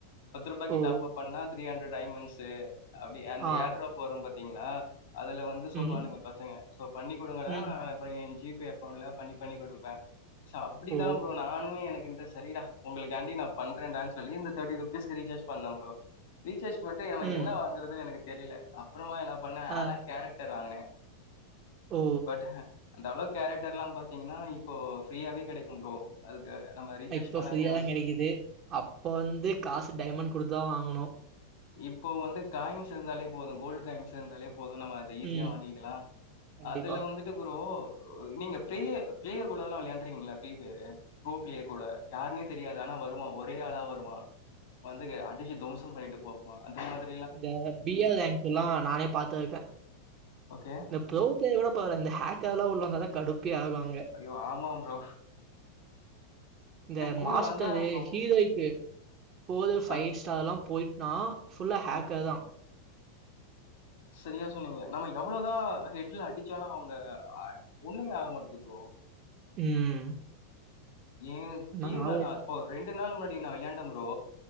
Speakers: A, on the left; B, on the right.
A: பத்து ரூபாய்க்கு
B: ஓ,
A: டாப்ப் பண்ணா த்ரி ஹண்ட்ரட் டைமண்ட்ஸு அப்டியா அந்த
B: ஆ,
A: ஏர் ட்ராப் வரு பாத்தீங்ளா அதுல வந் து சொல்லுவானுங்க
B: ம்,
A: பசங்க சோ பண்ணி குடுங்கடா
B: ம்,
A: அப்றோ ஏ ஜி பே அக்கௌண்ட்ல பண்ணி பண்ணி குடுப்பே சோ அப்டிதா
B: ஓ,
A: ஃப்ரோ நானு எனக்கு இன்ரெஸ்ட் சரிடா உங்களுக்காண்டி நா பண்றேடான்னு சொல்லி இந்த தேர்ட்டி ரூபிஸ்கு ரீசார்ஜ் பண்ண ஃப்ரோ ரீசார்ஜ் பண்ணிட்டு
B: ம்,
A: என்ன் வாங்குறதுன்னு எனக்கு தெரியல அப்றோமா என்ன பண்ணே
B: ஆ,
A: ஆளா கேரக்டர் வாங்குனே
B: ஓ.
A: பட் அந்த அளோ கேரக்டர் எல்லா பாத்தீங்ன்னா இப்போ ஃப்ரீயாவே கெடைக்கு ஃப்ரோ அதுக்கு நம்ம ரீசார்ஜ்
B: இப்ப
A: பண்ணவே
B: ஃப்ரீயா
A: அவசியம்
B: தான் கிடைக்குது. அப்ப வந்து காசு டைமண்ட் குடுத்து தா வாங்குனு
A: இப்போ வந்து காயின்ஸ் இருந்தாலே போது கோல்டு காயின்ஸ் இருந்தாலே போது நம்ம ஈஸியா
B: ம்,
A: வாங்கிக்கலா
B: கண்டிப்பா.
A: அதுல வந்து ட்டு ப்ரோ நீங்க பேளேயர் பேளேயர் கூடல்லா விளாயாருக்கீங்களா ஃபிரீ ஃபையரு கோ பிளையேர் கூட யாருன்னே தெரியாது ஆனா வருவா ஒரே ஆளா வருவா வந்து அடிச்சி தோம்சம் பண்ணிட்டு போவா அந்த மாதிரி
B: இந்த டி ஆர் அங்க்கு எல்லா நானே பாத்து இருக்கே
A: ஓகே
B: இந்த ப்ரௌ கூட பேர்லா கூட பரவால்ல இந்த ஹேக்கர் எல்லா உள்ளவந்தாத கடுப்பே ஆவாங்க
A: ஐயோ ஆமா ஃப்ரோ
B: இந்த
A: கூட
B: மாஸ்டரு
A: வந்தா ப்ரோ
B: ஹீரோய்க்கு ஃபோர்ரு ஃபைவ்
A: ஆ
B: ஸ்டார் எல்லா போயிட்னா ஃபுல்லா ஹேக்கர்
A: ஆ
B: தா
A: சரியா சொன்னீங்க நம்ம எவ்ளோதா ஹெட்ல அடிச்சாலு அவுங்க ஒண்ணுமே ஆக மாட்டேங்குது ஃப்ரோ
B: ம்
A: ஏ டீம்ல
B: நாங்கலாம் ஒரு
A: நா இப்போ ரெண்டு நாள் முன்னாடி நா விளாண்ட ஃப்ரோ